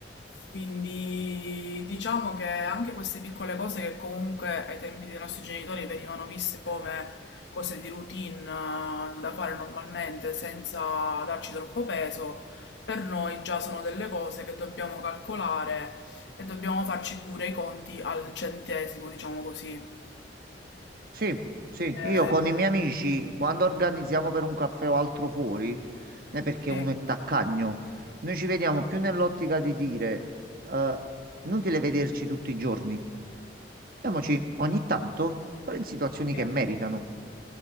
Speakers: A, on the left; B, on the right.
A: Quindi diciamo che anche queste piccole cose che comunque ai tempi dei nostri genitori venivano viste come cose di routine eh, da fare normalmente senza darci troppo peso, per noi già sono delle cose che dobbiamo calcolare e dobbiamo farci pure i conti al centesimo, diciamo così.
B: Sì, sì,
A: Eh,
B: io con i miei amici, quando organizziamo per un caffè o altro fuori, non è perché
A: sì,
B: uno è taccagno, noi ci vediamo più nell'ottica di dire, eh, inutile vederci tutti i giorni, vediamoci ogni tanto, però in situazioni
A: sì,
B: che meritano.